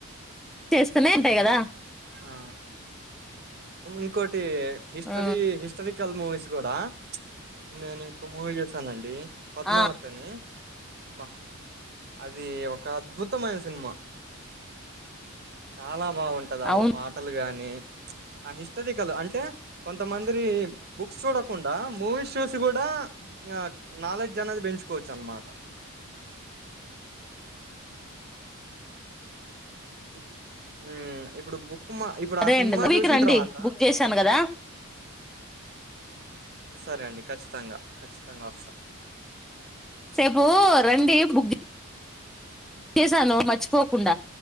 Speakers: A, in the centre; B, on the right.
A: చేస్తూనే ఉంటాయి కదా
B: ఆ ఇంకోటి హిస్టరీ
A: ఆ
B: హిస్టరికల్ మూవీస్ కూడా నేను ఇంకో మూవీ చేశానండి పద్మావతి
A: ఆ
B: అని బా అది ఒక అద్భుతమైన సినిమా చాలా బాగుంటది అళ్
A: అవును
B: పాటలు గానీ ఆ హిస్టరికల్ అంటే కొంతమందికి బుక్స్ చూడకుండా మూవీస్ చూసి కూడా ఆ నాలెడ్జ్ అనేది పెంచుకోవచ్చు అన్నమాట ఇ ఊ ఇప్పుడు బుక్ కు ఇప్పుడు
A: సరే
B: ఆ సినిమా
A: అండి మరి
B: చూసిన
A: మీకు రండి
B: తర్వాత
A: బుక్ చేశాను కదా
B: సరే అండి ఖచ్చితంగా ఖచ్చితంగా వస్త
A: సేపు రండి బుక్ చేశాను మర్చిపోకుండా